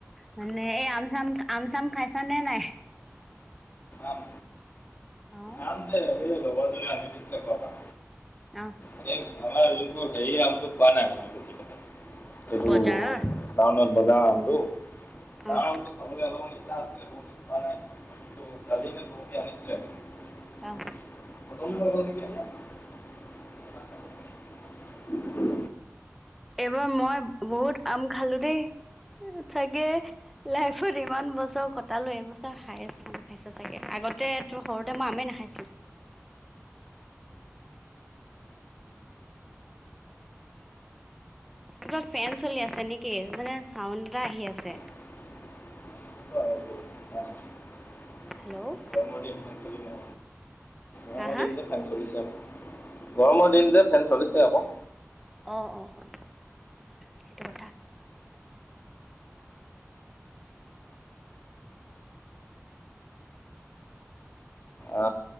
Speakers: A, in the centre; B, on the left.
A: মানে, এই আম-চাম, আম-চাম খাইছা নে নাই?
B: আম,
A: অ
B: আম যে, এই লগৰ এজনীয়ে আনি দিছিলে ঘৰৰ পৰা।
A: অ,
B: এই আমাৰ যোনবোৰ হেৰি আমটো পোৱা নাই মানে <unintelligible> এইটো
A: বজাৰৰ
B: টাউনত বজাৰ আমটো।
A: অ
B: খাবলৈ অলপমান ইচ্ছা আছিলে, বহুদিন খোৱা নাই। কালি নে পৰহি আনিছিলেটো।
A: অ,
B: <unintelligible>
A: এইবাৰ মই বহুত আম খালো দেই। এই চাগে, লাইফত ইমান বছৰ কটালো এইবছৰ হায়েছ আম খাই। খাইছোঁ চাগে। আগতে তোৰ সৰুতে মই আমে নাখাইছিলো। কিবা ফেন চলি আছে নেকি? মানে চাউণ্ড এটা আহি আছে।
B: <inaudible>
A: হেল্ল',
B: গৰমৰ দিন ফেন চলিবৈ গৰমৰ
A: হা হা
B: দিন যে ফেন চলিছে আকৌ, গৰমৰ দিন যে ফেন চলিছে আকৌ।
A: অ', অ', অ', সেইটো কথা।
B: অ